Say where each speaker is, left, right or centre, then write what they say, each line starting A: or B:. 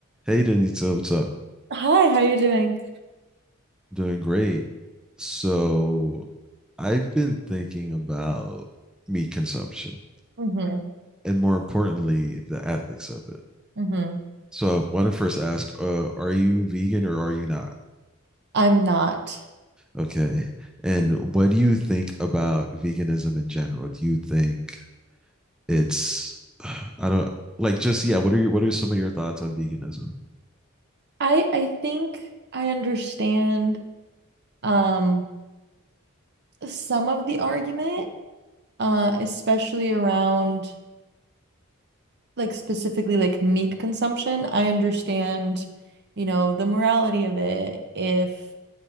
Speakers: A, in the centre; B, on the right.
A: Hey, Denita, what's up?
B: Hi, how you doing?
A: Doing great. So, I've been thinking about meat consumption
B: Mm-hmm.
A: and more importantly, the ethics of it.
B: Mm-hmm.
A: So, I want to first ask, uh, are you vegan or are you not?
B: I'm not.
A: Okay. And what do you think about veganism in general? Do you think it's, <sighs> I don't like just, yeah, what are your, what are some of your thoughts on veganism?
B: I I think I understand um some of the argument, uh, especially around like specifically like meat consumption. I understand, you know, the morality of it if